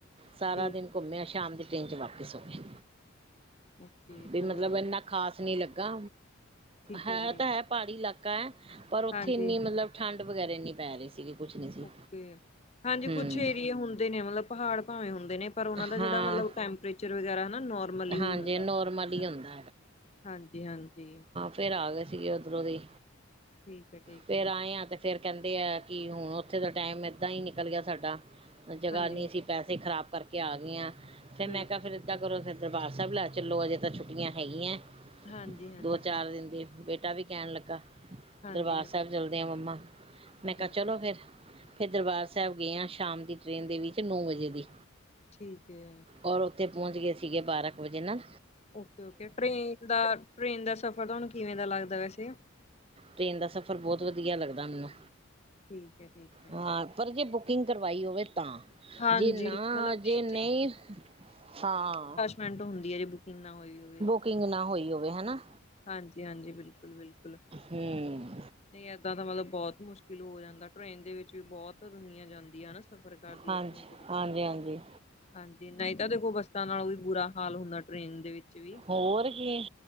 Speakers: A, on the right; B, on the left.
A: ਸਾਰਾ
B: ਠੀਕ
A: ਦਿਨ ਘੁੰਮੇ
B: ਹੈ,
A: ਸ਼ਾਮ ਦੀ ਟ੍ਰੇਨ 'ਚ ਵਾਪਿਸ ਸੋਗੇ
B: ਓਕੇ
A: ਵੀ
B: ਚਲੋ
A: ਮਤਲਬ
B: ਵਧੀਆ
A: ਇਨ੍ਹਾਂ। ਖਾਸ ਨਹੀਂ ਲੱਗਾ
B: ਠੀਕ
A: ਹੈ
B: ਜੀ
A: ਤਾਂ ਹੈ ਪਹਾੜੀ ਇਲਾਕਾ ਹੈ ਪਰ ਉੱਥੇ
B: ਹਾਂਜੀ
A: ਇੰਨੀ ਮੱਤਲਬ। ਠੰਡ ਵਗੇਰੇ ਨਹੀਂ ਪੈ ਰਹੀ ਸੀਗੀ। ਕੁਛ ਨਹੀਂ ਸੀ
B: ਓਕੇ ਹਾਂਜੀ
A: ਹਮ
B: ਕੁਛ ਏਰੀਏ ਹੁੰਦੇ ਨੇ ਮਤਲਬ ਪਹਾੜ ਭਾਵੇਂ ਹੁੰਦੇ। ਨੇ ਪਰ ਉਹਨਾਂ ਦਾ
A: ਹਾਂ
B: ਜਿਹੜਾ ਮਤਲਬ ਟੈਂਪਰੇਚਰ ਵਗੈਰਾ ਹਨਾ ਨੋਰਮਲ ਹੀ
A: ਹਾਂਜੀ
B: ਹੁੰਦਾ
A: ਨੋਰਮਲ
B: ਠੰਡ ਵਗੇਰਾ।
A: ਹੀ ਹੁੰਦਾ
B: ਹਾਂਜੀ ਹਾਂਜੀ।
A: ਫਿਰ ਆ ਗਏ ਸੀਗੇ ਉੱਧਰੋਂ ਦੀ
B: ਠੀਕ ਹੈ ਠੀਕ
A: ਫਿਰ
B: ਹੈ
A: ਆਏ ਆ ਤੇ। ਫਿਰ ਕਹਿੰਦੇ ਆ ਕਿ ਹੁਣ ਉੱਥੇ ਦਾ ਟਾਈਮ ਇੱਦਾਂ ਹੀ ਨਿਕਲ ਗਿਆ ਸਾਡਾ ਜਗ੍ਹਾ
B: ਹਾਂਜੀ
A: ਨਹੀਂ
B: ਹਾਂਜੀ
A: ਸੀ। ਪੈਸੇ ਖ਼ਰਾਬ ਕਰਕੇ ਆ ਗਏ ਆ ਫਿਰ
B: ਬਿਲਕੁਲ
A: ਮੈਂ ਕਿਹਾ ਫਿਰ
B: ਬਿਲਕੁਲ
A: ਇੱਦਾਂ ਕਰੋ ਫਿਰ। ਦਰਬਾਰ ਸਾਹਿਬ ਲੈ ਚੱਲੋ ਅਜੇ ਤਾਂ ਛੁੱਟੀਆਂ ਹੈਗੀਆਂ।
B: ਹਾਂਜੀ। ਹਾਂਜੀ
A: ਦੋ ਚਾਰ
B: ਬਿਲਕੁਲ
A: ਦਿਨ ਦੀ ਬੇਟਾ ਵੀ ਕਹਿਣ ਲੱਗਾ।
B: ਹਾਂਜੀ
A: ਦਰਬਾਰ
B: ਹਾਂਜੀ
A: ਸਾਹਿਬ ਚਲਦੇ ਆ ਮੰਮਾ ਮੈਂ
B: ਬਿਲਕੁਲ
A: ਕਿਹਾ ਚਲੋ ਫਿਰ। ਫਿਰ ਦਰਬਾਰ ਸਾਹਿਬ ਗਏ ਹਾਂ ਸ਼ਾਮ ਦੀ ਟ੍ਰਰੇਨ ਦੇ ਵਿੱਚ ਨੌ ਵਜੇ ਦੀ।
B: ਠੀਕ ਏ।
A: ਔਰ ਉੱਥੇ ਪਹੁੰਚ ਗਏ ਸੀਗੇ ਬਾਰਾਂ ਕੁ ਵਜੇ ਨਾ।
B: ਓਕੇ ਓਕੇ ਟ੍ਰੇਨ ਦਾ ਟ੍ਰੇਨ ਦਾ ਸਫ਼ਰ ਤੁਹਾਨੂੰ ਕਿਵੇਂ ਦਾ ਲੱਗਦਾ ਵੈਸੇ।
A: ਟ੍ਰੇਨ ਦਾ ਸਫ਼ਰ ਬਹੁਤ ਵਧੀਆ ਲੱਗਦਾ ਮੈਨੂੰ
B: ਠੀਕ ਹੈ ਠੀਕ ਹੈ
A: ਹਾਂ ਪਰ ਜੇ ਬੁੱਕ। ਕਿੰਗ ਕਰਵਾਈ ਹੋਵੇ ਤਾਂ
B: ਹਾਂਜੀ
A: ਜੇ ਨਾ
B: ਮਤਲਬ
A: ਜੇ
B: ਇਹ
A: ਨਹੀਂ ਹਾਂ
B: ਮੈਂਟ ਹੁੰਦੀ ਹੈ ਜੇ ਬੁਕਿੰਗ ਨਾ ਹੋਈ ਹੋਵੇ
A: ਬੁਕਿੰਗ ਨਾ ਹੋਈ ਹੋਵੇ ਹਨਾ
B: ਹਾਂਜੀ ਹਾਂਜੀ ਬਿਲਕੁਲ ਬਿਲਕੁਲ
A: ਹੂੰ
B: ਨਹੀਂ ਏਦਾਂ ਤਾਂ ਮਤਲਬ ਬਹੁਤ ਮੁਸ਼ਕਿਲ ਹੋ ਜਾਂਦਾ ਟ੍ਰਰੇਨ ਦੇ ਵਿੱਚ ਵੀ ਬਹੁਤ ਦੁਨੀਆਂ ਜਾਂਦੀ ਆ ਨਾ ਸਫ਼ਰ ਕਰਦੀ
A: ਹਾਂਜੀ,
B: ਹੈ ਟ੍ਰੇਨ ਦੇ ਵਿੱਚ
A: ਹਾਂਜੀ-ਹਾਂਜੀ।
B: ਵੀ ਹਾਂਜੀ, ਨਈ ਤਾਂ ਦੇਖੋ ਬੱਸਾਂ ਨਾਲੋਂ ਵੀ ਬੁਰਾ ਹਾਲ ਹੁੰਦਾ ਟ੍ਰੇਨ ਦੇ ਵਿੱਚ ਵੀ।
A: ਹੋਰ ਕੀ